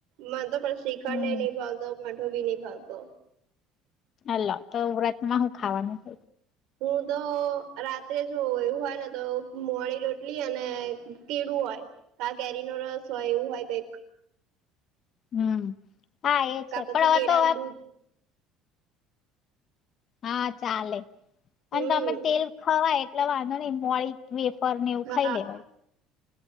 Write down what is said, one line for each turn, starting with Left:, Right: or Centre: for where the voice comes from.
Right: મન તો પણ શીખણ
Left: હમ
Right: ને નહી ભાવતો મોઠો ભી નહી ભાવતો.
Left: અલો તો વ્રત માં હું ખાવાનું થ
Right: હું તો રાત્રે જો એવું હોય ને તો મોડી રોટલી અને કેડું હો હો ક કેરી ન રસ હોય એવું હોય કઈક.
Left: હમ હા એ છે
Right: કા પછી
Left: પણ હવે
Right: કેળાનું
Left: તો
Right: દૂધ
Left: હા ચાલે
Right: હમ
Left: અને તમે તેલ ખવાય એટલે વાંધો નઈ મોડી પર નેવું
Right: હા
Left: ખાઈ લેવાય.